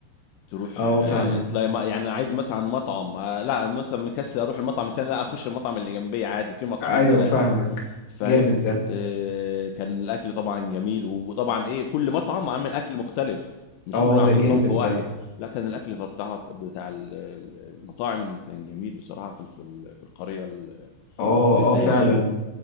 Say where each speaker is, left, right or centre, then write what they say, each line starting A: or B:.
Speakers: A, on the left; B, on the left.
A: تروح
B: اه فاهمك
A: آه، تلاقي ما يعني أنا عايز مثلا مطعم آه، لا مثلا مكسل اروح المطعم التاني لا اخش المطعم اللي جنبي عادي في مطعمين
B: ايوه
A: ثلاثة
B: فاهمك
A: فاهم
B: جامد ده
A: آه، كان الاكل طبعا جميل وطبعا ايه كل مطعم عامل اكل مختلف مش
B: اه
A: كله عامل
B: ده جامد
A: صنف واحد
B: ده
A: لا كان الاكل بتاع بتاع ال- ال- المطاعم كان جميل بصراحة في ال- في ال- في القرية ال-
B: اه
A: اللي زي
B: اه فعلا
A: دي